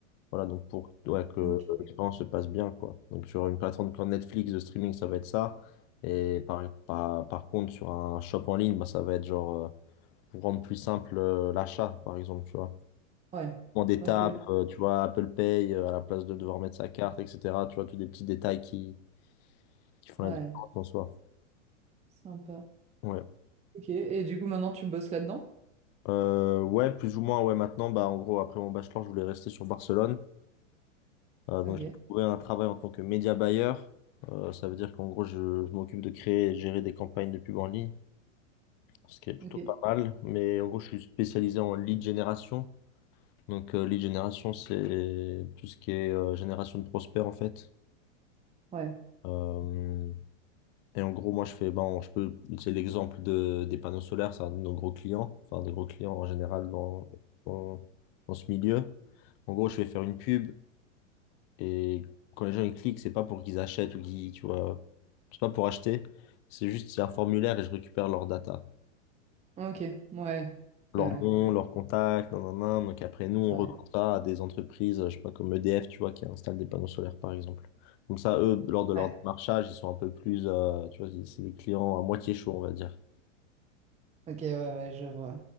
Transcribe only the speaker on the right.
Ok.
Ouais,
ok,
ouais.
Sympa.
Ok, et du coup, maintenant, tu bosses là-dedans?
Ok,
ok.
Ouais,
ok, ouais. Ouais,
ouais.
Ouais.
Ouais.
Ok, ouais, ouais, je vois.